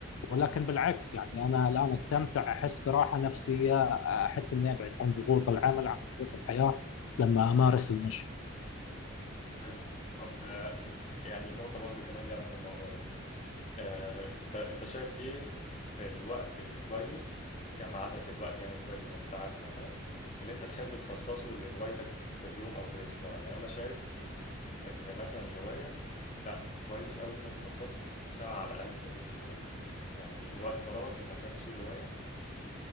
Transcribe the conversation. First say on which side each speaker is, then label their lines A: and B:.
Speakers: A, on the left; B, on the left.
A: ولكن بالعكس يعني انا الان استمتع احس براحه نفسيه احس اني ابعد عن ضغوط العمل عن ضغوط الحياه لما امارس المشي
B: حلو طب آه، يعني نقطة برضو كمان ليها علاقة بالموضوع ده آه، أنت أنت شايف إيه الوقت الكويس كم عدد الوقت يعني الكويس من الساعات مثلا اللي أنت تحب تخصصه لهوايتك في اليوم أو في الأسبوع يعني أنا شايف ان مثلا الهوايه لا كويس قوي ان انت تخصص ساعه على الاقل في اليوم لهوايتك يعني الوقت فراغك اللي هتمارس فيه هوايه